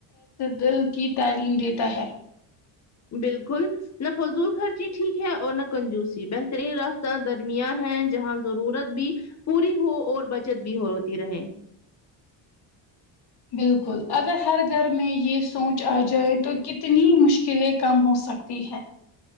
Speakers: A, on the left; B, on the left.
A: دل کی تعلیم دیتا ہے
B: بالکل نہ فضول خرچی ٹھیک ہے اور نہ کنجوسی بہترین راستہ درمیان ہے جہاں ضرورت بھی پوری ہو اور بچت بھی ہوتی رہے
A: بالکل اگر ہر گھر میں یہ سوچ آ جائے تو کتنی مشکلیں کم ہو سکتی ہے